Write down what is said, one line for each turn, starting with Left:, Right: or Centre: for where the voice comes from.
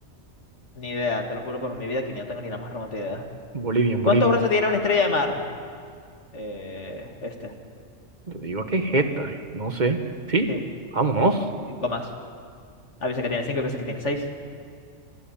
Left: ni idea, te lo juro por mi vida que ni no tengo ni la más remota idea.
Right: Bolivia, en Bolivia.
Left: ¿Cuántos brazos tiene una estrella de mar? Eh, este.
Right: Yo digo que es esta, no sé. ¿Sí?
Left: Sí,
Right: Vámonos.
Left: cinco más. A veces que tiene cinco, a veces que tiene seis.